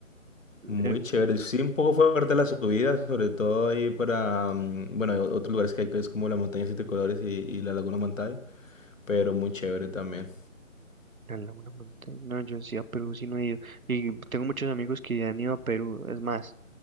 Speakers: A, on the left (about 65°); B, on the right (about 80°).
A: Muy
B: Eh,
A: chévere. Sí, un poco fuerte la subida, sobre todo ahí para, mm, bueno, hay o- otros lugares que hay que es como la montaña Siete Colores y, y la Laguna Mantay, pero muy chévere también.
B: A Laguna Montaña. No, yo sí a Perú sí no he ido. Y tengo muchos amigos que han ido a Perú. Es más,